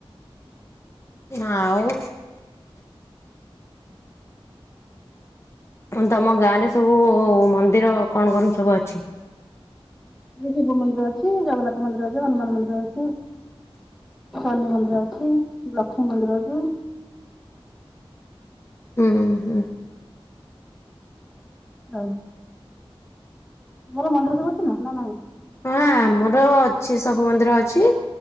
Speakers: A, on the left; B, in the centre.
A: ଆଉ ଫୁଣି ତମ ଗାଁ ରେ ସବୁ ମନ୍ଦିର କଣ କଣ ସବୁ ଅଛି?
B: ଶିବ ମନ୍ଦିର ଅଛି ଜଗନ୍ନାଥ ମନ୍ଦିର ଅଛି ହନୁମାନ ମନ୍ଦିର ଅଛି। ଶନି ମନ୍ଦିର ଅଛି ଲକ୍ଷ୍ମୀ ମନ୍ଦିର ଅଛି।
A: ହୁଁ ହୁଁ।
B: ହଉ <unintelligible> ତମର ମନ୍ଦିର ସବୁ ଆଛି ନା ନା ନାଇଁ?
A: ହଁ ଆମର ଅଛି ସବୁ ମନ୍ଦିର ଅଛି।